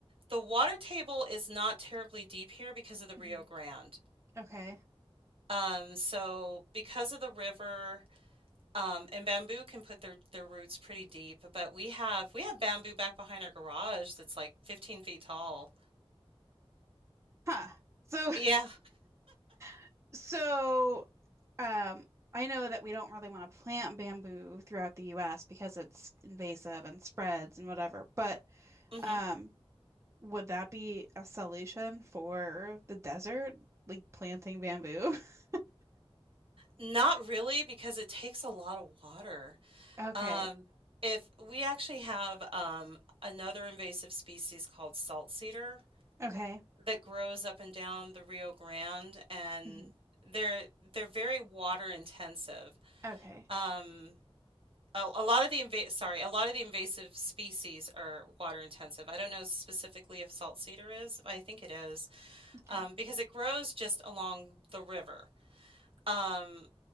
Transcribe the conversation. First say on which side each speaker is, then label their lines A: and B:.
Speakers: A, on the right; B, on the right.
A: the water table is not terribly deep here because of the Rio
B: hmm
A: Grande.
B: Okay.
A: Um, so because of the river, um, and bamboo can put their their roots pretty deep, but we have we have bamboo back behind our garage that's like 15 feet tall.
B: Huh. So,
A: Yeah.
B: <laughs> so, um, I know that we don't really want to plant bamboo throughout the US because it's invasive and spreads and whatever, but
A: hmm
B: um, would that be a solution for the desert? Like planting bamboo? <laughs>
A: Not really because it takes a lot of water.
B: Okay.
A: Um, if we actually have um, another invasive species called salt cedar
B: Okay.
A: that grows up and down the Rio Grande, and
B: hmm
A: they're they're very water intensive.
B: Okay.
A: Um, a, a lot of the inva sorry, a lot of the invasive species are water intensive. I don't know specifically if salt cedar is. I think it is
B: Okay.
A: um, because it grows just along the river. Um,